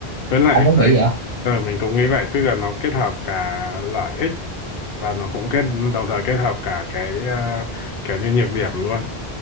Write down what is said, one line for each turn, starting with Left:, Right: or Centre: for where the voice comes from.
Left: với lại
Right: anh có nghĩ
Left: cái-
Right: vậy không?
Left: ờ mình cũng nghĩ vậy tức là nó kết hợp cả lợi ích và nó cũng kết đồng thời kết hợp cả cái ờ, kiểu như nhược điểm luôn